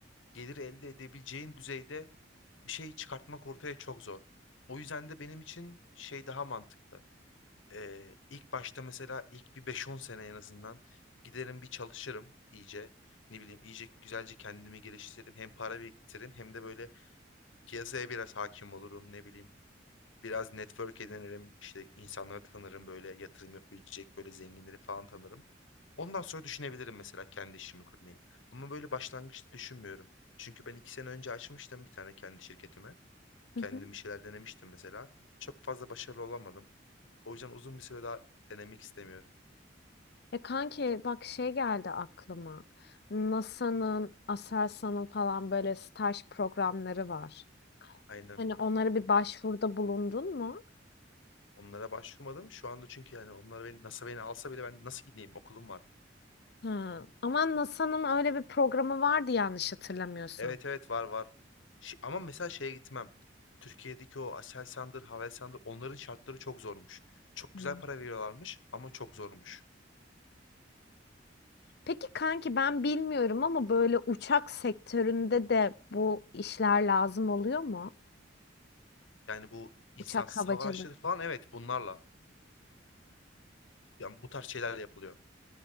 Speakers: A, on the left (about 90°); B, on the left (about 55°).
A: Gelir elde edebileceğin düzeyde bir şey çıkartmak ortaya çok zor. O yüzden de benim için şey daha mantıklı. Ee, ilk başta mesela ilk bir beş-on sene en azından giderim bir çalışırım iyice. Ne bileyim iyice güzelce kendimi geliştiririm. Hem para biriktiririm hem de böyle piyasaya biraz hakim olurum ne bileyim. Biraz network edinirim işte insanları tanırım böyle yatırım yapabilecek böyle zenginleri falan tanırım. Ondan sonra düşünebilirim mesela kendi işimi kurmayı. Ama böyle başlangıçta düşünmüyorum. Çünkü ben iki sene önce açmıştım bir tane kendi şirketimi.
B: <laughs>
A: Kendim bir şeyler denemiştim mesela. Çok fazla başarılı olamadım. O yüzden uzun bir süre daha denemek istemiyorum.
B: E kanki bak şey geldi aklıma. NASA'nın, Aselsan'ın falan böyle staj programları var.
A: Aynen.
B: Hani onlara bir başvuruda bulundun mu?
A: Onlara başvurmadım. Şu anda çünkü yani onlar beni, NASA beni alsa bile ben nasıl gideyim? Okulum var.
B: Ha. Ama NASA'nın öyle bir programı vardı yanlış hatırlamıyorsam.
A: Evet evet var var. Şi- ama mesela şeye gitmem. Türkiye'deki o Aselsan'dır, Havelsan'dır onların şartları çok zormuş. Çok
B: Hı.
A: güzel para veriyorlarmış ama çok zormuş.
B: Peki kanki ben bilmiyorum ama böyle uçak sektöründe de bu işler lazım oluyor mu?
A: Yani bu insansız
B: Uçak havacılık.
A: hava araçları falan evet bunlarla. Yani bu tarz şeylerle yapılıyor.